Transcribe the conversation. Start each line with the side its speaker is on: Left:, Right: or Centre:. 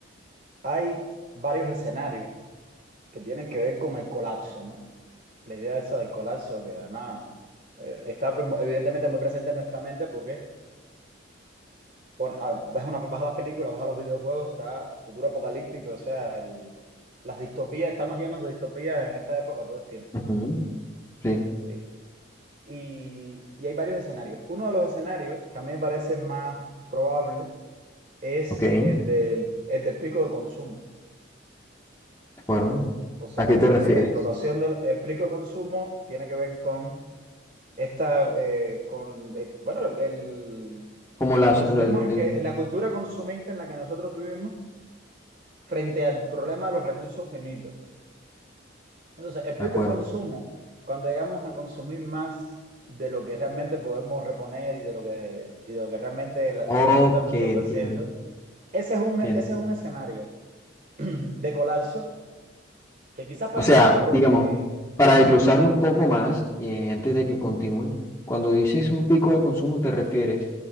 Right: Hay varios escenarios que tienen que ver con el colapso, ¿no? La idea esa del colapso que además eh, está pre- evidentemente muy presente en nuestra mente porque pone- ah, ves una, vas a las películas, vas a los videojuegos, está futuro apocalíptico, o sea, el- las distopías, estamos llenos de distopías en esta época todo el tiempo.
Left: Ujú, Sí,
Right: Sí. Y, y hay varios escenarios. Uno de los escenarios que a mí me parece más probable es
Left: ok, de
Right: el del, el del pico de consumo.
Left: acuerdo.
Right: O sea,
Left: ¿A qué te refieres?
Right: eh, la explotación del el pico de consumo tiene que ver con esta, eh, con, eh, bueno, el,
Left: Como las,
Right: el consumismo
Left: el, el-
Right: en
Left: el-
Right: que, en la cultura consumista en la que nosotros vivimos frente al problema de los recursos finitos. Entonces, el
Left: de
Right: pico
Left: acuerdo.
Right: de consumo, cuando llegamos a consumir más de lo que realmente podemos reponer y de lo que, y de lo que realmente el, el
Left: Ok,
Right: planeta nos está ofreciendo,
Left: entiendo,
Right: ese es un,
Left: entiendo.
Right: ese es un escenario <clears throat> de colapso que quizás para
Left: O sea,
Right: nosotros,
Left: digamos,
Right: eh,
Left: para
Right: dime,
Left: desglosarlo un poco más y eh, antes de que continúe, cuando dices un pico de consumo te refieres